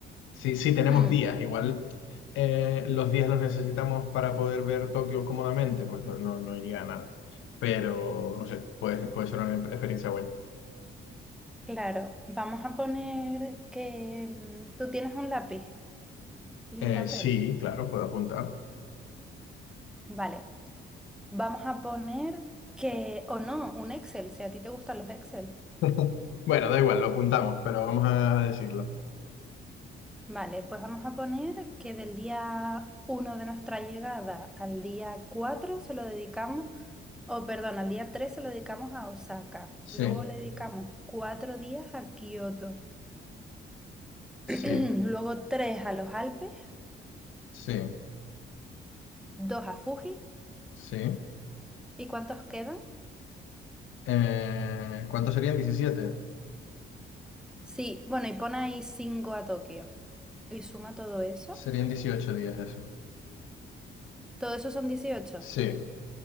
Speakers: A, on the left; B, in the centre.
A: Sí, sí, tenemos
B: mm,
A: días. Igual eh, los días los necesitamos para poder ver Tokio cómodamente, pues no, no no iría a nada. Pero, no sé, puede, puede ser una experiencia buena.
B: claro, vamos a poner que mm, tú tienes un lápiz y
A: Eh,
B: un papel.
A: sí, claro, puedo apuntar.
B: Vale, vamos a poner que, o no, un Excel, si a ti te gustan los Excel.
A: <laughs> Bueno, da igual, lo apuntamos, pero vamos a decirlo.
B: Vale, pues vamos a poner que del día uno de nuestra llegada al día 4 se lo dedicamos o perdón, al día 3 se lo dedicamos a Osaka.
A: Sí,
B: Luego le dedicamos cuatro días a Kioto. <clears throat>
A: sí,
B: Luego tres a los Alpes,
A: sí,
B: dos a Fuji.
A: sí.
B: ¿Y cuántos quedan?
A: Eh, ¿cuántos serían? diecisiete
B: Sí, bueno, y pon ahí cinco a Tokio. Y suma todo eso.
A: Serían 18 días eso.
B: ¿Todo eso son dieciocho.
A: Sí,